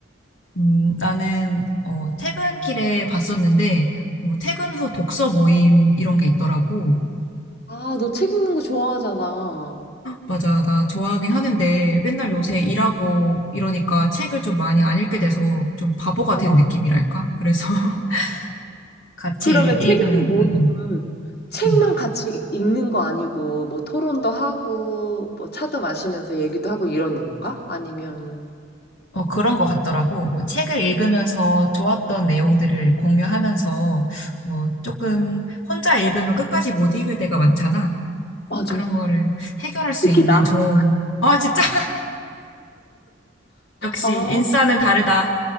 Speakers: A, on the left; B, on the left.
A: 음, 나는 어, 퇴근길에 봤었는데 뭐 퇴근
B: 음.
A: 후 독서 모임 이런 게 있더라고.
B: 아, 너 책 읽는 거 좋아하잖아.
A: 맞아, 나 좋아하긴 하는데 맨날 요새 일하고 이러니까 책을 좀 많이 안 읽게 돼서 좀 바보가
B: 어.
A: 된 느낌이랄까? 그래서 <laughs> 같이
B: 그러면
A: 읽- 읽으면
B: 책 읽는 모임은
A: 음, 음.
B: 책만
A: 음.
B: 같이 읽는 거 아니고 뭐 토론도 하고 뭐 차도 마시면서 얘기도 하고 이런 건가? 아니면
A: 어, 그런 것 같더라고. 뭐 책을 읽으면서 좋았던 내용들을 공유하면서 뭐 조금 혼자 읽으면 끝까지 못 읽을 때가 많잖아.
B: 맞아.
A: 그런 거를 해결할 수
B: 특히
A: 있는
B: 나.
A: 좋은, 아, 진짜 <laughs> 역시
B: 아,
A: 인싸는
B: 어?
A: 다르다.